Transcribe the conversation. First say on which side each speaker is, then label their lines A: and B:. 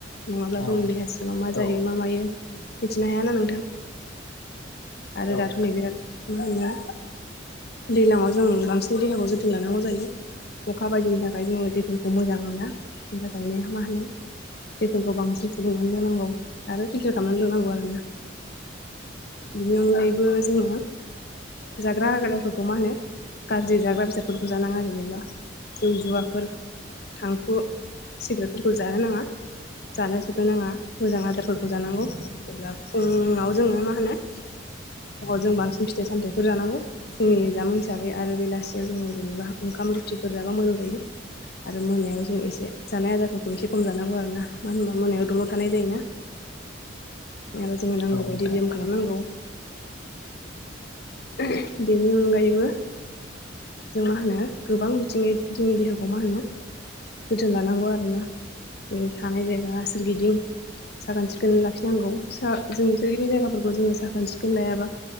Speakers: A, on the left; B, on the left.
A: नङाब्ला
B: औ
A: जोंनि देहा सिङाव मा जायो
B: औ
A: मा मायो। मिथिनो हायाना नोंथां। आरो
B: औ
A: दाथ'
B: नोंथां
A: नै बिराद मा होनो दैलाङाव जों बांसिन देहाखौ जोथोन लानांगौ जायो अखा बायदिनि थाखाय जोङो दैफोरखौ मोजां मोना बिनि थाखायनो मा होनो दैफोरखौ बांसिन फुदुंनानै लोंनांगौ आरो फिल्टार खालामनानै लोंनांगौ आरोना बिनि अनगायैबो जोङो जाग्रा आदार फोरखौ मा होनो गाज्रि जाग्रा बेसाद फोरखौ जानाङा जेनेबा जौ, जुवाफोर, थांखु, सिग्रेटफोरखौ जानो नाङा, जानो सोबनो नाङा, मोजां आदारफोरखौ जानांगौ जेब्ला फुङाव जोङो मा होनो फुंआव जों बांसिन फिथाइ सामथायाइफोर जानांगौ फुंनि जामुं हिसाबै आरो बेलासियाव जोङो जेनेबा ओंखाम रुथिफोर जाबा मोजां जायो आरो मोनायाव जों एसे जानाय आदारफोरखौ एसे खम जानांगौ आरो ना मानो होनबा मोनायाव दल'द थानाय जायोना। आरो जोङो नांगौ
B: औ
A: बदि
B: नोंथां
A: ब्याम खालामनांगौ। ओ बेनि अनगायैबो जों मा होनो गोबां बिथिङै जोंनि देहाखौ मा होनो जोथोन लानांगौ आरोना थानाय जायगा सोरगिदिं साखोन सिखोन लाखिनांगौ सा जों सोरगिदिं जायगाफोरखौ जोङो साखोन सिखोन लायाबा